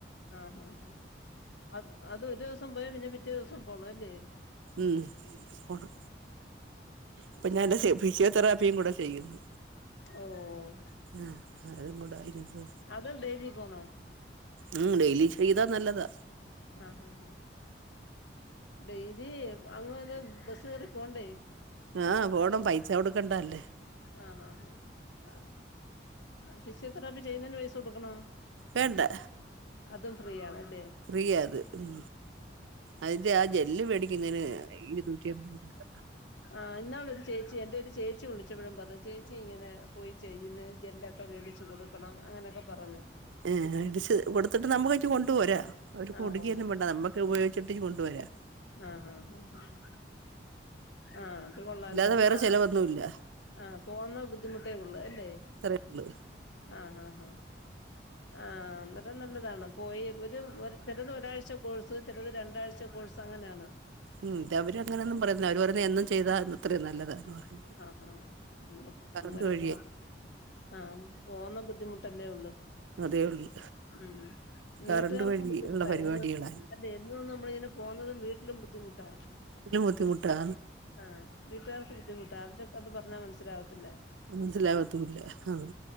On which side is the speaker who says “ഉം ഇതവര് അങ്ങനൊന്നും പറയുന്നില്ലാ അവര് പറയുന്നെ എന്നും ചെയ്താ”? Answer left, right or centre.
Right